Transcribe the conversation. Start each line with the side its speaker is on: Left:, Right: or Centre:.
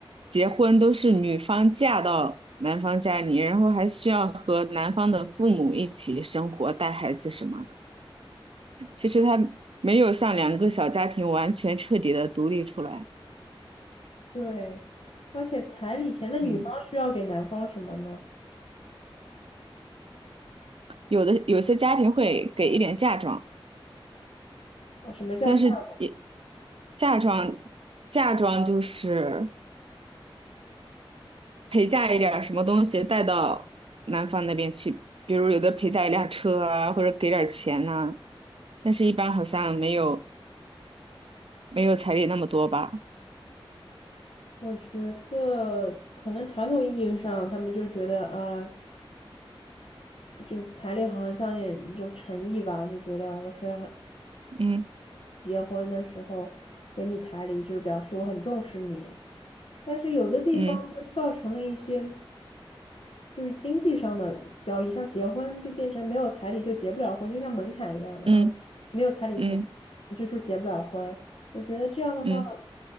Right: 结婚都是女方嫁到男方家里，然后还需要和男方的父母一起生活、带孩子什么的。其实它没有像两个小家庭完全彻底的独立出来。
Left: 对，而且彩礼钱的女方需要给男方什么呢？
Right: 嗯，有的有些家庭会给一点嫁妆，
Left: 啊，什么叫嫁妆？
Right: 但是也嫁妆嫁妆就是。陪嫁一点儿什么东西带到男方那边去，比如有的陪嫁一辆车啊，或者给点儿钱呐、但是一般好像没有没有彩礼那么多吧？
Left: 我觉得可能传统意义上，他们就觉得啊、就是彩礼好像像一种诚意吧，就觉得我是
Right: 嗯
Left: 结婚的时候给你彩礼，就是表示我很重视你。但是有的地方就造成了一些。
Right: 嗯
Left: 就是经济上的交易，像结婚就变成没有彩礼就结不了婚，就像门槛一样的啊，
Right: 嗯
Left: 没有彩礼钱，
Right: 嗯
Left: 你就说结不了婚。我觉得这样的话，
Right: 嗯，